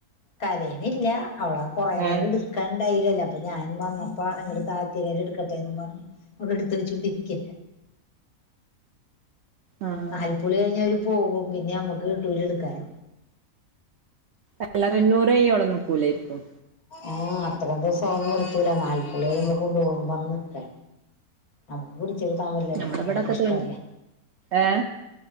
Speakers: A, on the left; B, on the right.
A: കരയണില്ല അവളെ കൊറെ നേരം
B: ഏഹ്
A: എടുക് ക്കാൻണ്ടായില്ലല്ലോ അപ്പൊ ഞാൻ വന്നപ്പ എങ്ങട് താഴ്ത്തി ഞാൻ എടുക്കട്ടെന്നും പറഞ്ഞു ഇവിടെ എടുത്ത് വച്ചുകൊണ്ടിരിക്കയ
B: ആഹ്
A: നാല്പ്പുളി കഴിഞ്ഞാ അവര് പോകും പിന്നെ നമ്മുക്ക് കിട്ടൂല എടുക്കാൻ
B: അല്ലാതെൊു <unintelligible> ന്നൂറ് അവിടെ നിക്കൂലയ്രിക്കും
A: ആഹ അത്രയും ദിവസം ഒന്നും കിട്ടില്ല നാൽപ്പത് കഴിഞ്ഞി പോവാൻ പറഞ്ഞത്ര നമുക്ക് പിടിച്ചതാങ്ങൂലല്ലെ
B: നമ്മളെ ഇവിടൊക്കെ
A: അവരെഇഷ്ടവുല്ലെ
B: തൊ ഏഹ്